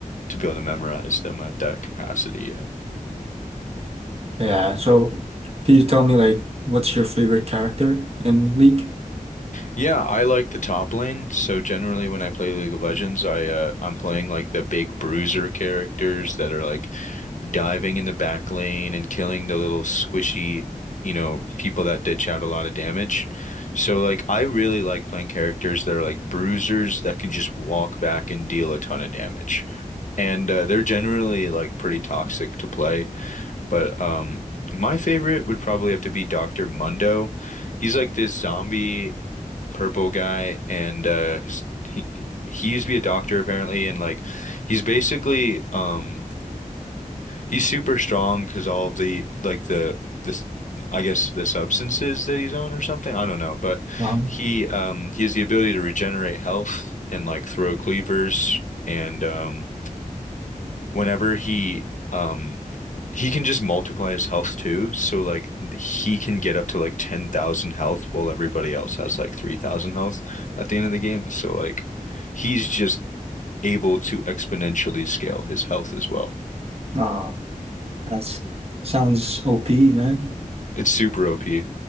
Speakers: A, on the left (about 60°); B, on the right (about 45°).
A: to be able to memorize them at that capacity yet.
B: Yeah. So can you tell me like what's your favorite character in League?
A: Yeah, I like the top lane, so generally when I play League of Legends, I uh I'm playing like the big bruiser characters that are like diving in the back lane and killing the little squishy, you know, people that ditch out a lot of damage. So like I really like playing characters that are like bruisers that can just walk back and deal a ton of damage. and uh, they're generally like pretty toxic to play. But um, my favorite would probably have to be Dr. Mundo. He's like this zombie purple guy, and uh, he's he he used to be a doctor apparently, and like he's basically um he's super strong because all of the like the this. I guess the substances that he's on or something. I don't know, but
B: Wow.
A: he um he has the ability to regenerate health and like throw cleavers and um whenever he um he can just multiply his health too, so like he can get up to like 10,000 health while everybody else has like 3,000 health at the end of the game. So like he's just able to exponentially scale his health as well.
B: Ah, that's sounds OP, man.
A: It's super OP.